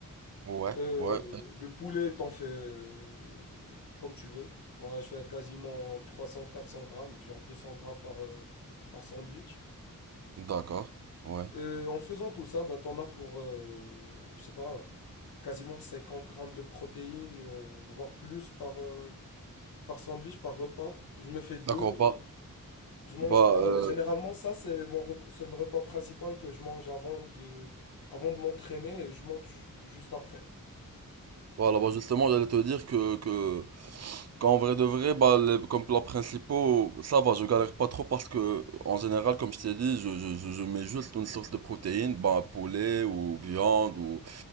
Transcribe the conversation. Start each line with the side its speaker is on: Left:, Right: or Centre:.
Right: Ouais,
Left: Euh,
Right: ouais,
Left: le poulet, t'en fais euh, comme tu veux. Moi, je fais quasiment trois cents quatre cents grammes, genre 200 grammes par, euh, par sandwich.
Right: d'accord. Ouais.
Left: Et en faisant tout ça, bah, t'en as pour, euh, je sais pas, quasiment 50 grammes de protéines, euh, voire plus par, euh, par sandwich, par repas. Je me fais deux.
Right: D'accord, bah,
Left: Je mange
Right: bah
Left: un.
Right: euh,
Left: Généralement, ça, c'est mon rep- c'est le repas principal que je mange avant de, avant de m'entraîner et je mange ju- juste après.
Right: voilà, bah justement, j'allais te dire que, que qu'en vrai de vrai, bah, les- comme plats principaux, ça va, je galère pas trop parce que, en général, comme je t'ai dit, je, je, je je mets juste une source de protéines, bah, poulet ou viande ou,